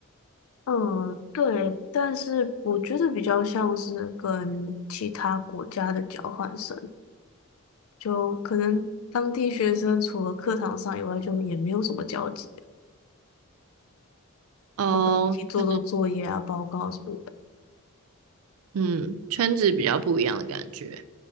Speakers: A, on the left; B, on the right.
A: 嗯，对，但是我觉得比较像是跟其他国家的交换生，就可能当地学生除了课堂上以外，就也没有什么交集，
B: 哦，
A: 就跟一起做做作业啊、
B: 可能
A: 报告什么的。
B: 嗯，圈子比较不一样的感觉。